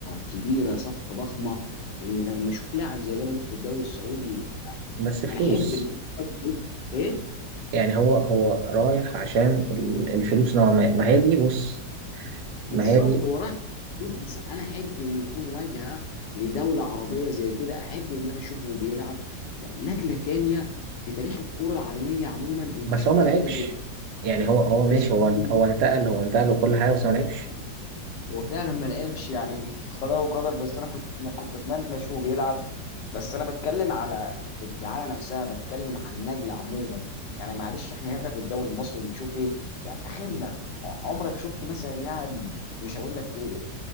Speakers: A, on the left; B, on the right.
A: كبيرة صفقة ضخمة ان لما اشوف لاعب زي ده موجود في الدوري السعودي
B: بس فلوس
A: انا احب ان ايه
B: يعني هو هو رايح عشان ال- الفلوس نوعا ما ما هي دي بص ما
A: بالظبط
B: هي دي
A: هو رايح فلوس، بس انا احب انه يكون واجهه لدوله عربيه زي كده احب ان انا اشوفه بيلعب يعني نقله تانية في تاريخ الكره العالميه عموما ان
B: بس
A: اشوف
B: هو ما
A: لعيبه
B: لعبش
A: زي
B: يعني هو هو ماشي
A: بالظبط
B: هو هو انتقل هو انتقل وكل حاجة بس ما لعبش
A: هو فعلا ما لعبش يعني <laughs> قضاء وقدر بس انا كنت كنت اتمنى اشوفه بيلعب بس انا بتكلم على الدعايه نفسها بتكلم عن النجله عموما يعني معلش احنا هنا في الدوري المصري بنشوف ايه يعني اخرنا عمرك شفت مثلا لاعب مش هقول لك إيه،